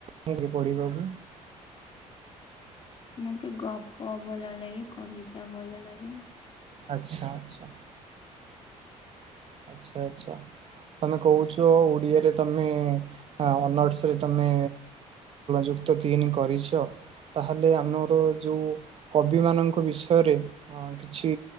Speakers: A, on the right; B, on the left.
A: ମୁଁ କି ପଢିବାକୁୁ
B: ମତେ ଗପ ଭଲ ଲାଗେ କବିତା ଭଲ ଲାଗେ।
A: ଆଚ୍ଛା ଆଚ୍ଛା। ଆଚ୍ଛା ଆଚ୍ଛା ତମେ କହୁଛ ଓଡିଆରେ ତମେ ଅନର୍ସ ରେ ତମେ ଯୁକ୍ତ ତିନି କରିଚ। ତାହେଲେ ଆମେ ଗୋଟେ ଯୋଉ କବି ମାନଙ୍କ ବିଷୟରେ ହଁ କିଛି